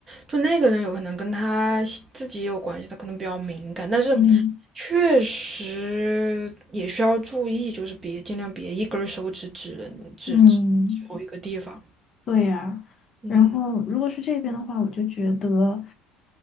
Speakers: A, on the right (about 15°); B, on the left (about 25°).
A: 就那个人有可能跟他自己也有关系，他可能比较敏感，但是
B: 嗯
A: 确实也需要注意，就是别尽量别一根儿手指指人指指指某一个地方。
B: 嗯，对呀。
A: 嗯
B: 然后，如果是这边的话，我就觉得，